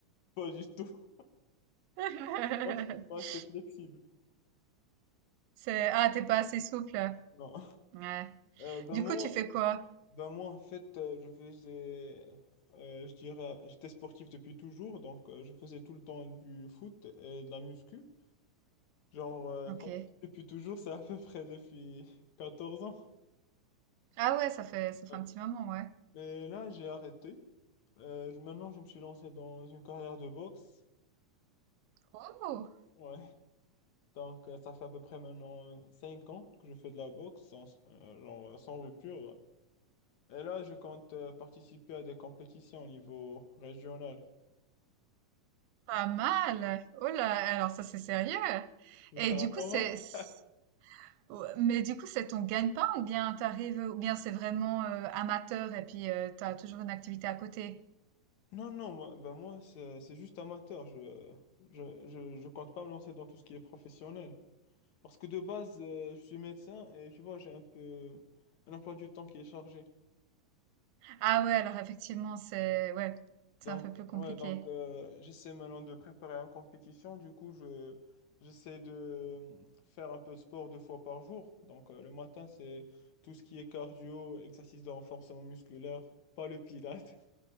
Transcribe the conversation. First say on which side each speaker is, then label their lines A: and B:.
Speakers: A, on the left (about 65°); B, on the right (about 90°).
A: Pas du tout. <laughs>
B: <laughs>
A: Moi, je suis pas assez flexible.
B: C'est, ah, t'es pas assez souple.
A: Non.
B: Ouais.
A: Euh, ben
B: Du
A: moi,
B: coup, tu fais quoi?
A: Ben moi, en fait, euh, je faisais, euh, je dirais, j'étais sportif depuis toujours, donc euh, je faisais tout le temps du foot et de la muscu. Genre, euh,
B: Ok.
A: quand- <laughs> depuis toujours, c'est à peu près depuis <laughs> 14 ans.
B: Ah ouais, ça fait, ça fait
A: Ouais.
B: un petit moment, ouais.
A: Mais là, j'ai arrêté. Euh, je- maintenant, je me suis lancé dans une carrière de boxe.
B: Oh!
A: Ouais, donc euh, ça fait à peu près maintenant 5 ans que je fais de la boxe, sans, euh, genre euh, sans rupture. Et là, je compte euh, participer à des compétitions au niveau régional.
B: Pas mal. Oh là, alors ça c'est sérieux.
A: Je
B: Et
A: vais faire
B: du
A: un
B: coup
A: combat.
B: c'est, c'est- ouais, mais du coup c'est ton gagne-pain ou bien t'arrives, ou bien c'est vraiment euh, amateur et puis euh, t'as toujours une activité à côté.
A: Non, non, moi, bah moi c'est c'est juste amateur. Je, je, je, je compte pas me lancer dans tout ce qui est professionnel. Parce que de base, euh, je suis médecin et tu vois, j'ai un peu un emploi du temps qui est chargé.
B: Ah ouais, alors effectivement c'est, ouais, c'est
A: Donc,
B: un peu plus compliqué.
A: ouais, donc euh, j'essaie maintenant de préparer une compétition. Du coup, je, j'essaie de euh, faire un peu de sport deux fois par jour. Donc, euh, le matin, c'est tout ce qui est cardio, exercice de renforcement musculaire, pas le pilates.